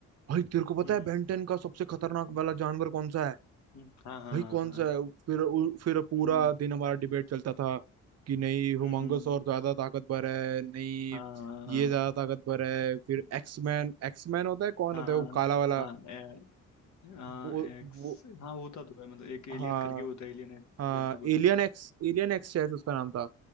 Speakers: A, on the right; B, on the left.
A: भाई तेरे को
B: हम्म
A: पता है बेंटन का सबसे खतरनाक
B: हम्म,
A: वाला जानवर कौन सा है
B: हम्म। हाँ हाँ
A: भाई कौन
B: हाँ हाँ।
A: सा है? फिर उ- फिर पूरा
B: हम्म
A: दिन हमारा डिबेट चलता था कि नहीं हुमांगस
B: हम्म,
A: और ज्यादा ताकतवर है नहीं
B: हाँ
A: ये ज्यादा ताकतवर
B: हम्म,
A: है फिर
B: हम्म,
A: एक्समैन एक्समैन होता है कौन
B: हाँ
A: होता
B: हाँ
A: है वो काला वाला
B: हाँ, हाँ, ए- हाँ
A: वो
B: एक्स
A: वो
B: हाँ होता तो है मतलब एक एलियन
A: हाँ
B: करके होता है एलियन एक्स
A: हाँ
B: जैसा कुछ
A: एलियन एक्स एलियन एक्स शायद उसका नाम था